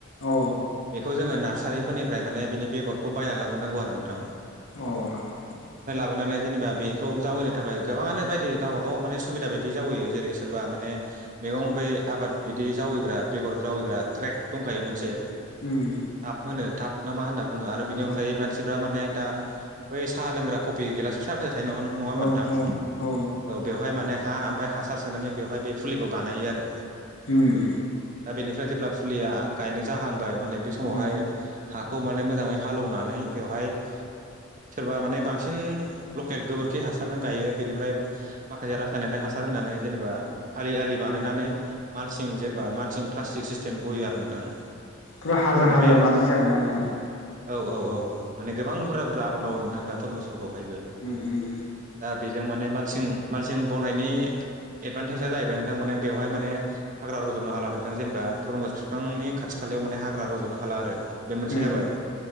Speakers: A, on the left (about 80°); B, on the right (about 40°).
A: औ
B: बेखौ जोङो नार्सारिफोरनिफ्राय माने बिनि बेगरखौ बायना लाबोनांगौ आरो नोंथां
A: औ
B: लाबानानै जेनेबा बेखौ जावैनो थाखाय गोबाङानो बायदि गावबा गाव बाव माने सुबिदा बायदि जावैयो जेरै सोरबा माने मैगं ब आबाद बिदि जावैग्रा बेगर जावै ग्रा ट्रेक दंखायो मोनसे।
A: उम
B: थाब होनो थाब नामा होनना बुङो आरो बिनि
A: औ
B: अनगायै मानसिफ्रा माने दा बै साहा लोंग्रा कफि गिलास फिसा फिसा थाइ नङा नङा होमबा
A: औ
B: नोंथां
A: औ औ
B: ओमफाय माने हा ओमफफ्राय हासार सोनानै बेवहाय बे फुलिखौ बानायो आरो
A: उम
B: दा बेनिफ्राय जेब्ला फुलिया गायनो जाहांबाय माने बे समावहाय
A: उम
B: हाखौ माने मोजाङै हालेवनानै बेवहाय सोरबा माने बांसिन लकेल गोबोरखि हासारजों गायो बेनिफ्राय माखासे रासायनारि हासार होननानै जेनेबा आलि आलि बानायनानै मालसिं जेनेबा मालसिं प्लास्टिक इ सिस्टेम बयो आरो नोंथां
A: फुरा हाजार
B: माने
A: हाजार
B: बे
A: बानायो आरोना नोंथां
B: औ औ औ माने गोबां बुरजा बुरजा आबाद मावो नोंथां दा धरमुसफोरखौहायबो
A: उम उम
B: दा बे जों माने मालसिं मालसिं बनायनि एदभान्टेजस जाहैबाय नोंथां माने बेवहाय माने हाग्रा रज'नो हला नोंथां जेनेबा थरमस बिफांनि खाथि खाला मान हाग्रा रज'नो हाला आरो बे मोनसे
A: उम
B: जाबाय